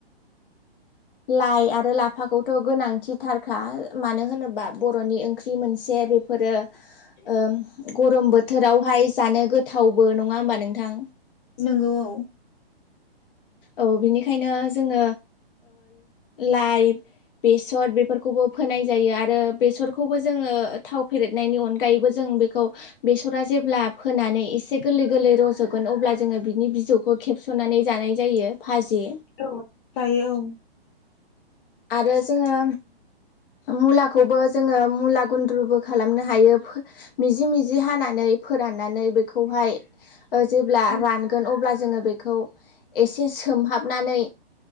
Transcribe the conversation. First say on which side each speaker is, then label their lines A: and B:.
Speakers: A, on the left; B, on the left.
A: लाइ आरो लाफाखौथ' गोनांथिथारखा मानो होनोब्ला बा बर'नि ओंख्रि मोनसे जे बे फोरो बोथोरावहाय जानो गोथावबो नङा होमबा नोंथां
B: नंगौ
A: औ बिनिखायनो जोङो लाइ बेसर बेफोरखौबो फोनाय जायो आरो बेसरखौबो जोङो थाव फेरेदनायनि अनगायैबो जों बेखौ बेसरा जेब्ला फोनानै एसे गोरलै गोरलै रज'गोन अब्ला जोङो बिनि बिजौखौ खेबस'नानै जानाय जायो भाजि
B: औ जायो औ
A: आरो जोङो मुलाखौबो जोङो मुला गुन्द्रुबो खालामनो हायो मिजि मिजि हानानै फोराननानै बेखौहाय जेब्ला
B: औ
A: रानगोन अब्ला जोङो बेखौ एसे सोमहाबनानै